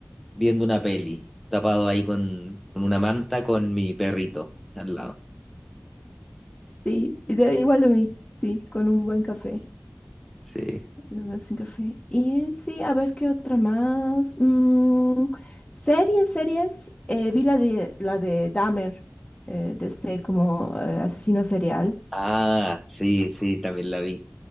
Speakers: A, in the centre; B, on the left.
A: viendo una peli, tapado ahí con, con una manta con mi perrito al lado.
B: Sí, y de- igual de mí, sí, con un buen café,
A: Sí.
B: la verdad, sin café. Y sí, a ver qué otra más. Mm, series, series. eh, vi la de, la de Dahmer, eh, de este como eh, asesino serial.
A: Ah, sí, sí, también la vi.